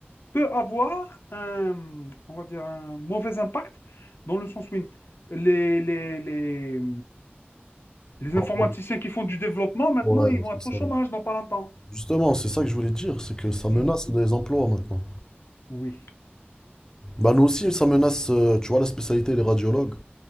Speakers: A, on the left (about 70°); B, on the left (about 15°).
A: peut avoir un, on va dire, un mauvais impact dans le sens où les, les, les, les
B: Par
A: informaticiens
B: rapport-
A: qui font du développement, maintenant,
B: Ouais,
A: ils vont
B: c'est
A: être
B: ça.
A: au chômage dans pas longtemps.
B: Justement, c'est ça que je voulais dire, c'est que ça menace
A: Mhm.
B: les emplois maintenant.
A: Oui.
B: Bah nous aussi, ça menace, euh, tu vois, la spécialité, les radiologues.